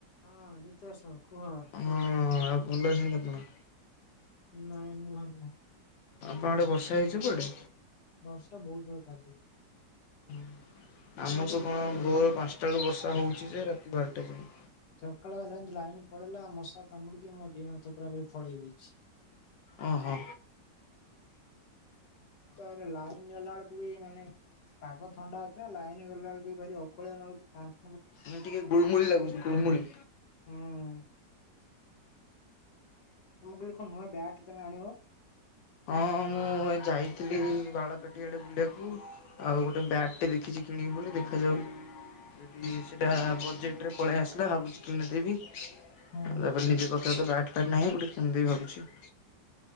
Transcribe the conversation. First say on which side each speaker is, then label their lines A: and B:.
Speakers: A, on the left; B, on the left.
A: ହଁ ରିତେଶ କୁହ
B: ହଁ ଆଉ ଭଲ ଅଛନ୍ତିଛନ୍ତି ଆପଣ?
A: ନାଇଁ ମୁଁ ଭଲ ନାହିଁ।
B: ଆମ ଆଡେ ବର୍ଷା ହେଇଛି କୁଆଡେ?
A: ବର୍ଷା ବହୁତ ଜରରେ ନାଦୁଛି।
B: <inaudible> ଆମ ତ
A: କିଛି
B: କଣ
A: କରିହଉନି।
B: ଭୋର ପାଞ୍ଚଟା ବେଳୁ ବର୍ଷା ହେଉଛି ଯେ ରାତି ବାରଟା ଯାଏ।
A: ସକାଳ ହେଲା ଯେମିତି ଲାଇନ ପଳେଇଲା ମଶା କାମୁଡିକି ମହ ହାତ ପୁରାପୁରି ଫୁଳେଇ ଦେଇଛି।
B: ଓ ହୋ।
A: ତା ପରେ ଲାଇନ ଗଲା ବେଳକୁ ମାନେ ପାଗ ଥଣ୍ଡା ଅଛି ନା ଲାଇନ୍ ଗଲାବେଳକୁ ଭାରି ନଉଛି।
B: ମୁଁ ଟିକେ ଗୁଳମୁଳି ଲାଗୁଛି ଗୁଳମୁଳି।
A: ହୁଁ। ମୁଁ କହିଲି କଣ ନୂଆ ବ୍ୟାଟ ତମେ ଆଣିବ?
B: ହଁ ମୁଁ ଏ ଯାଇଥିଲି ବାଳକାଟିଆଡେ ବୁଲିବାକୁ ଆଉ ଗୋଟେ ବ୍ୟାଟଟେ ଦେଖିଛି। କିଣିବି ବୋଲି ଦେଖାଯାଉ ଯଦି ସେଟା ବଜେଟରେ ପଳେଇ ଆସିଲା ଭାବୁଛି କିଣିଦେବି। ତାପରେ
A: ହଁ
B: ନିଜ ପାଖରେ ତ ବ୍ୟାଟ୍ ଫ୍ୟାଟ ନାହିଁ ଗୋଟେ କିଣିଦେବି ଭାବୁଛି।